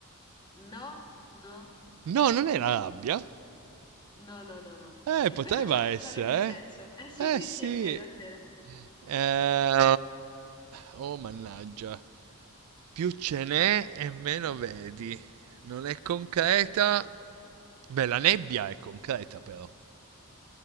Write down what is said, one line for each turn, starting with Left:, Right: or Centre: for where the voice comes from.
Left: No, no,
Right: No, non è la rabbia.
Left: no, no, no, no.
Right: Eh, poteva
Left: Però ci av-
Right: essere,
Left: ci avrebbe senso. Eh sì,
Right: eh?
Left: sì,
Right: Eh sì.
Left: sì, è vero, è vero.
Right: Eh, oh, mannaggia. Più ce n'è e meno vedi. Non è concreta. Beh, la nebbia è concreta però.